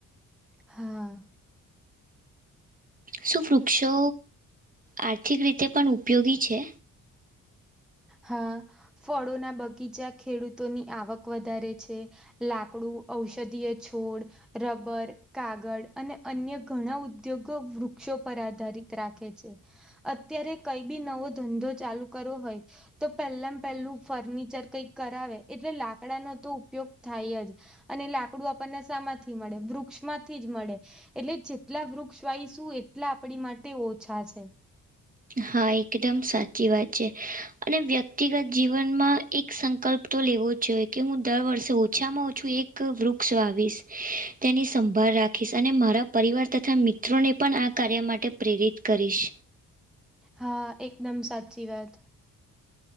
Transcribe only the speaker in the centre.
હા.
હા ફળોના બગીચા ખેડૂતોની આવક વધારે છે. લાકડું ઔષધીય છોડ- - રબર કાગળ અને અન્ય ઘણા ઉદ્યોગો વૃક્ષો પર આધારિત રાખે છે. અત્યારે કઈ બી નવો ધંધો ચાલુ કરો હોય. તો પહેલામ પહેલું ફર્નિચર કઈક કરાવે એટલે લાકડાનો તો ઉપયોગ થાય જ. અને લાકડું આપણને શામાંથી મળે વૃક્ષ માંથી જ મળે. એટલે જેટલા વૃક્ષ વાઈશું એટલા આપણી માટે ઓછા છે.
હા એકદમ સાચી વાત.